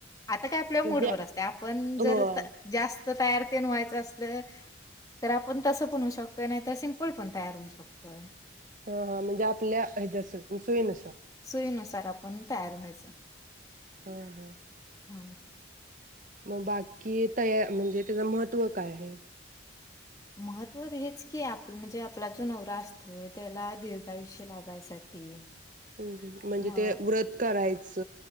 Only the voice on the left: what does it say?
आता काय आपल
मुडवर असतय आपण
जर त जास्त तयार ते बनवायचं असलं तर आपण तस बनवू शकतोय नाही तर सिपं कोण पण तयार होऊ शकतोय.
सोयीनुसार आपण तयार व्हायचं
हा
महत्त्व हेच की आपण म्हणजे आपला जो नवरा असतोय त्याला दीर्घायुष लागायसाठी
म